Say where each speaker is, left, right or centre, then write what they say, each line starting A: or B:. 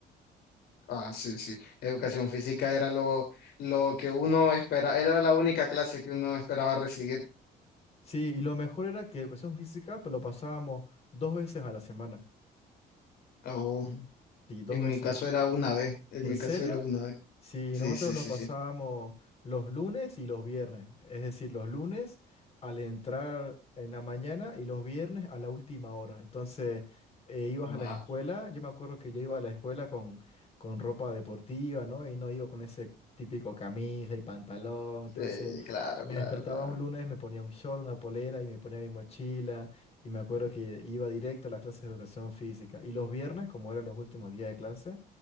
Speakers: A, on the left; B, on the left.
A: ah, sí, sí. Educación física era lo, lo que uno esperaba, era la única clase que uno esperaba recibir.
B: Sí, y lo mejor era que educación física pues, lo pasábamos dos veces a la semana.
A: O
B: Sí, dos
A: en
B: veces.
A: mi caso era una vez, en
B: ¿En
A: mi
B: serio?
A: caso era una vez.
B: Sí,
A: Sí,
B: nosotros
A: sí,
B: lo
A: sí,
B: pasábamos
A: sí.
B: los lunes y los viernes, es decir, los lunes al entrar en la mañana y los viernes a la última hora. Entonces, eh, ibas
A: Ah,
B: a la escuela, yo me acuerdo que yo iba a la escuela con, con ropa deportiva, ¿no? Y no iba con ese típico camisa y pantalón. Entonces,
A: sí, claro,
B: me
A: claro,
B: despertaba
A: claro.
B: un lunes, me ponía un short, una polera y me ponía mi mochila. Y me acuerdo que iba directo a las clases de educación física. Y los viernes, como eran los últimos días de clase,